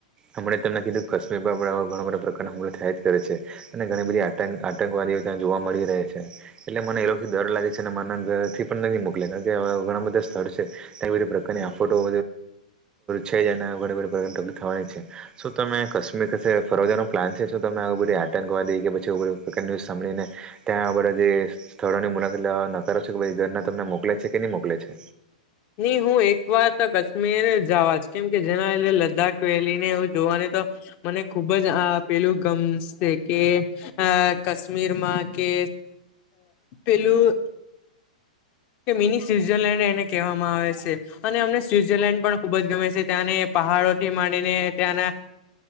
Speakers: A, on the right (about 20°); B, on the left (about 40°).
A: હમણે જ તને કીધું કાશ્મીર બાપડા ઘણા બધા પ્ર એવું બધુ થાય જ કરે છે અને ઘણી બધી આતંકવાદીઓ ત્યા જોવા મળી રહે છે. એટલે મને એ ડર લાગે છે અને મને મારા ઘરથી પણ નહી મોકલે. કારણ કે, ઘણા બધા સ્થળ છે તે બધી પ્રકારની આ ફોટો છે જને ઘણી બધી પ્રકારની તકલીફ થવાની છે. શું તમે? કાશ્મીર ફરવા જવાનું પ્લાન છે તો તમે આ બધી આતંકવાદી કે પછી ન્યુઝ સાભળીને ત્યાં બધા જે સ્થળોની મુલાકાતવા નકારો છો કે ભાઈ ઘરના તમને મોકલે છે કે નહી મોકલે છે.
B: નઈ હું એક વાર તો કાશ્મીર જવા જ. કેમ કે, જેના લીધે લદ્દાખ વેલી ને હું જોવાની મને ખુબ જ પેલું ગમશે કે કાશ્મીરમાં કે પેલું કે મિની સ્વઝરલેન્ડ એને કહેવામાં આવે છે. અને અમને સ્વઝરલેન્ડ પણ ખુબ જ ગમે છે. ત્યા ને પહાડોથી માંડીને, ત્યાંના